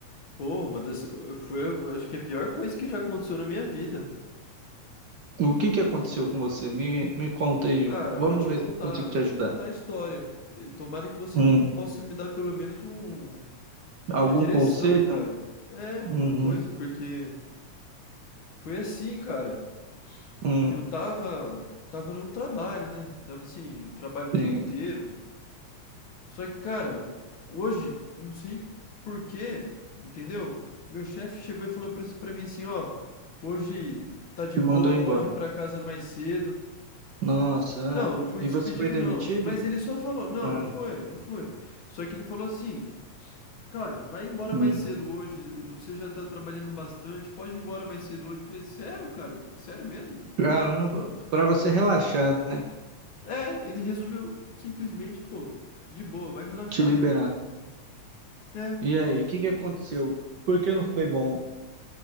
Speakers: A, on the left; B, on the right.
A: Pô, uma das. eh, Foi, eu acho que é a pior coisa que já aconteceu na minha vida.
B: O que que aconteceu com você? Me, me conta aí.
A: Cara,
B: Vamos
A: eu vou te
B: ver
A: contar,
B: se eu consigo
A: vou
B: te ajudar.
A: te contar a história. Eh, Tomara que você
B: Hum,
A: possa me dar pelo menos um,
B: algum
A: uma direção,
B: conselho?
A: cara. É, alguma
B: Uhum,
A: coisa, porque. Foi assim, cara.
B: hum,
A: Eu tava, tava no trabalho, né? Tava assim, trabalho o dia
B: sim.
A: inteiro. Só que, cara, hoje, não sei por quê, entendeu? Meu chefe chegou e falou pra, pra mim assim, ó, hoje tá de
B: Te
A: boa,
B: mandou embora.
A: pode ir pra casa mais cedo.
B: Nossa,
A: Não,
B: ah.
A: não fui
B: E
A: despedido
B: você foi demitido?
A: não. Mas ele só falou, não,
B: Ah,
A: não foi, não foi. Só que ele falou assim, cara, vai embora
B: hum.
A: mais cedo hoje, você já tá trabalhando bastante, pode ir embora mais cedo hoje. Eu falei, sério, cara? Sério mesmo?
B: Caramba, pra você relaxar, né?
A: É, ele resolveu simplesmente, pô, de boa, vai relaxar,
B: Te liberar.
A: cara. É,
B: E aí, o que que aconteceu? Por que não foi bom?